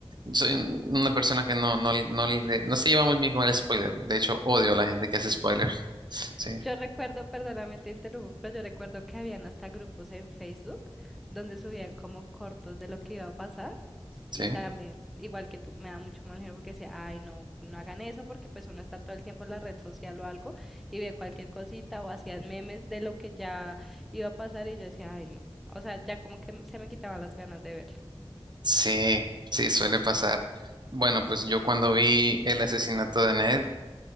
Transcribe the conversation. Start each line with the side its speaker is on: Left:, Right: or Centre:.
Right: Soy un- una persona que no, no, no, le- no se lleva muy bien con el spoiler. De hecho, odio a la gente que hace spoilers. <laughs> Sí,
Centre: Yo recuerdo, perdóname, te interrumpo, pero yo recuerdo que habían hasta grupos en Facebook donde subían como cortos de lo que iba a pasar
Right: sí,
Centre: y también, igual que tú, me da mucho mal genio porque decía, ay, no, no hagan eso porque pues uno está todo el tiempo en la red social o algo y ve cualquier cosita o hacían memes de lo que ya iba a pasar y yo decía, ay, no. O sea, ya como que se me quitaban las ganas de verlo
Right: sí, sí, suele pasar. Bueno, pues yo cuando vi el asesinato de Ned,